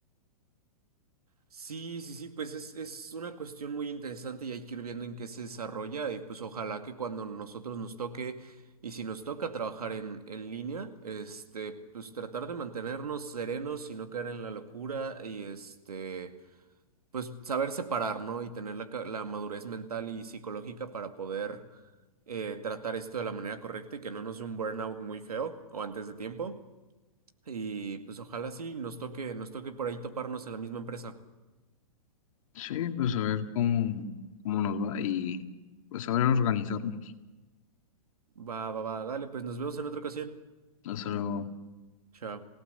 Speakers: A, on the right; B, on the left.
A: Sí, sí, sí, pues es, es una cuestión muy interesante y hay que ir viendo en qué se desarrolla y pues ojalá que cuando nosotros nos toque y si nos toca trabajar en, en línea, este, pues tratar de mantenernos serenos y no caer en la locura y este... pues saber separar, ¿no? Y tener la, ca- la madurez mental y psicológica para poder eh, tratar esto de la manera correcta y que no nos dé un burnout muy feo o antes de tiempo. Y pues ojalá sí nos toque, nos toque por ahí toparnos en la misma empresa.
B: Sí, pues a ver cómo, cómo nos va y pues saber organizarnos.
A: Va, va, va, dale, pues nos vemos en otra ocasión.
B: eso
A: Chao.